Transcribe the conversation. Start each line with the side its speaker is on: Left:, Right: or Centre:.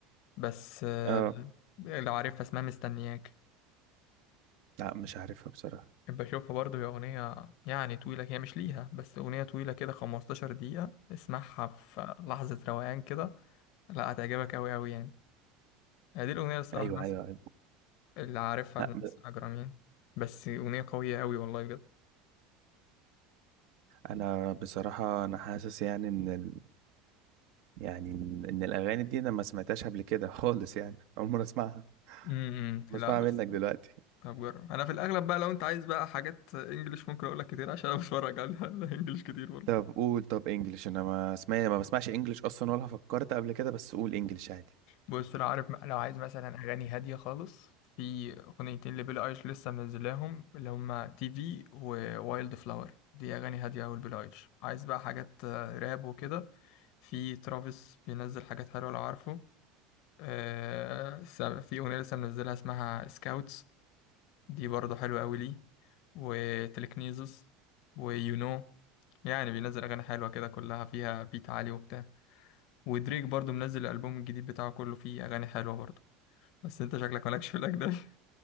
Left: بس آه،
Right: اه
Left: لو عارفها اسمها مستنياك
Right: لا مش عارفها بصراحة
Left: بحب اشوفها برضه هي اغنيه يعني طويله هي مش ليها بس اغنيه طويله كده 15 دقيقه اسمعها في لحظه روقان كده لا هتعجبك قوي قوي يعني هي دي الاغنيه اللي الصراحه
Right: أيوه
Left: الناس
Right: أيوه أيوه
Left: اللي عارفها
Right: لا
Left: الناس
Right: ب...
Left: اجرامين بس اغنيه قويه قوي والله بجد
Right: أنا بصراحة أنا حاسس يعني إن ال... يعني إن إن الأغاني دي أنا ما سمعتهاش قبل كده خالص يعني أول مرة أسمعها
Left: امم
Right: بسمعها
Left: لا بس
Right: منك دلوقتي
Left: طب جرب انا في الاغلب بقى لو انت عايز بقى حاجات انجليش ممكن اقول لك كتير عشان انا <laughs> بتفرج على على انجليش كتير برضه
Right: طب قول طب انجلش انا ما اسمع ما بسمعش انجلش اصلا ولا فكرت قبل كده بس قول انجلش عادي
Left: بص لو عارف لو عايز مثلا اغاني هاديه خالص في اغنيتين لبيلي ايليش لسه منزلاهم اللي هما تي في ووايلد فلاور دي اغاني هاديه اوي لبيلي ايليش عايز بقى حاجات آه، راب وكده في ترافيس بينزل حاجات حلوه لو عارفه آه، س- في اغنيه لسه منزلها اسمها سكاوتس دي برضه حلوه اوي ليه وتلكنيزس ويو نو يعني بينزل اغاني حلوه كده كلها فيها بيت عالي وبتاع ودريك برضه منزل الالبوم الجديد بتاعه كله فيه اغاني حلوه برضه بس انت شكلك مالكش في الاجنبي